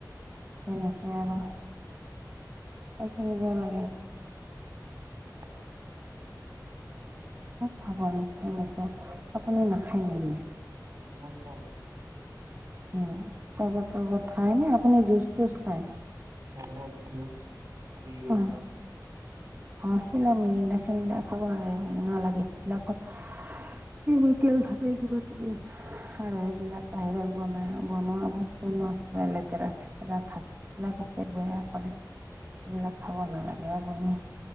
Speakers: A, on the right; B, on the right.
A: তেনেকে আৰু ত থাক ভ লাগে
B: উম।
A: খাব ন এনেকে আপনি নাখায় নেকি?
B: মই খাও।
A: উ চবত ৰবত খায় ন আপুনি জুচ তটুচ খায়?
B: চৰ্বত যুজ মৰিণ্ডা।
A: অ অ' সেইবিলাক <unintelligible> খাব নালাগে হব নালাগেিলাকত কেমিকেল থাকে কিবা কিবি আৰু সেইবিলাক বাহিৰত বনাই বনোৱা বস্তু ন কিবা লেতেৰা চেতেৰা থাকে সবিলাক ব সবিলাক খাব নালাগে আপুনি